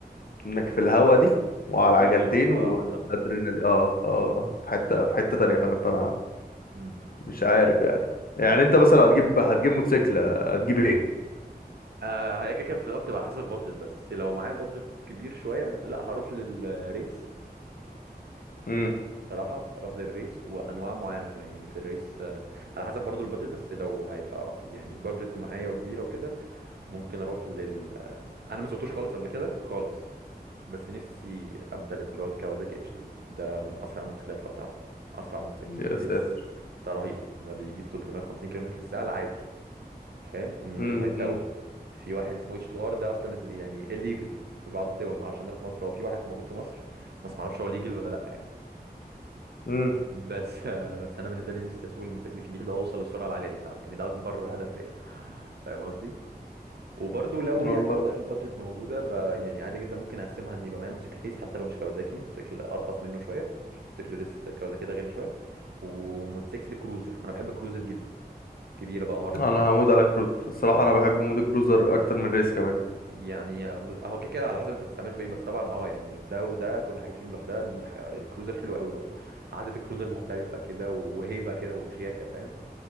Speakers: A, on the left; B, on the right.
A: انك في الهوا دي وعلى
B: دي
A: عجلتين
B: رهيبه
A: والادرينالين
B: اه بالظبط
A: اه اه آه، في حته في حته تانية فعلا فانا
B: مم.
A: مش عارف يعني يعني
B: لا،
A: انت مثلا لو هتجيب هتجيب موتوسيكل هتجيب ايه
B: آه هي كده كده في الأول بتبقى على حسب البادجت بس لو معايا بادجت كبير شويه لا هروح للريس
A: امم
B: صراحه هروح للريس وانواع معينه كمان يعني في الريس آه على حسب برضو البادجت بس لو هيبقى يعني البادجت معايا وكبيره وكده ممكن اروح لل آه انا ما سوقتوش خالص قبل كده خالص بس نفسي امتلك اللي هو الكawasaki اتش 2 ده ده من اسرع الموتوسيكلات لو تعرفه اسرع موتوسيكل
A: يا
B: ريس
A: ساتر
B: ده رهيب ده بيجيب 350 كيلومتر في الساعه العادي فاهم من
A: امم
B: غير ما يتون في واحد اسمه اتش 2 ار ده اصلا إز- يعني الليجل في بعض الدول ما اعرفش عندنا في مصر هو في واحد موجود في مصر بس ما اعرفش هو ليجل ولا لا يعني
A: امم
B: بس <laughs> بس انا بالنسبه لي نفسي اسوق الموتوسيكل الكبير ده واوصل للسرعه العاليه دي بصراحه يعني ده اكبر هدف ليا فاهم قصدي وبرضو لو
A: والله
B: يعني والله البادجت موجوده ب... يعني عادي جدا ممكن اقسمها ان يبقى معايا موتوسيكل ريس حتى لو مش كوازاكي موتوسيكل ارخص منه شويه عشان موتوسيكل ريس كوازاكي ده غالي شويه وموتوسيكل كروزر انا بحب الكروزر جدا كبيره بقى هارلي
A: انا هموت على كروز الصراحه
B: ده
A: انا بحب مود الكروزر اكتر من ريس كمان
B: يعني بز- هو كده كده على حسب انت بتستعمله في ايه بس طبعا اه يعني ده وده كل حاجه فيهم لوحدها دي ح... الكروزر حلو قوي برضو قعده الكروزر مختلفه كده وهيبه كده وشياكه فاهم